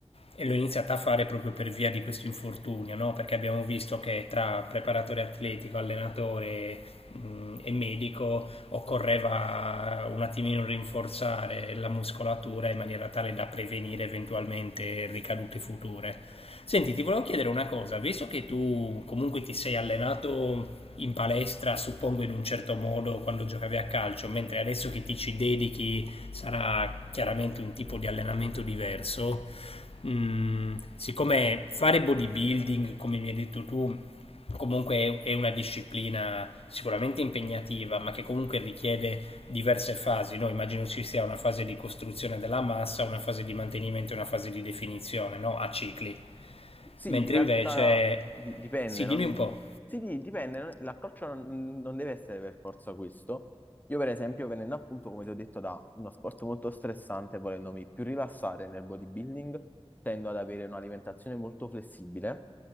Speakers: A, on the left; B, on the left.
A: e l'ho iniziata a fare proprio per via di questo infortunio, no? Perché abbiamo visto che tra preparatore atletico, allenatore mh, e medico occorreva un attimino rinforzare la muscolatura in maniera tale da prevenire eventualmente ricadute future. Senti, ti volevo chiedere una cosa, visto che tu comunque ti sei allenato in palestra, suppongo in un certo modo quando giocavi a calcio, mentre adesso che ti ci dedichi sarà chiaramente un tipo di allenamento diverso. Mm, siccome fare bodybuilding, come mi hai detto tu, comunque è una disciplina sicuramente impegnativa, ma che comunque richiede diverse fasi, no? Immagino ci sia una fase di costruzione della massa, una fase di mantenimento e una fase di definizione, no? A cicli.
B: Sì,
A: Mentre
B: in realtà
A: invece,
B: di- dipende,
A: sì,
B: non-
A: dimmi un po'.
B: sì, di- dipende, non- l'approccio non, non deve essere per forza questo. Io per esempio, venendo appunto, come ti ho detto, da uno sport molto stressante, volendomi più rilassare nel bodybuilding, tendo ad avere un'alimentazione molto flessibile,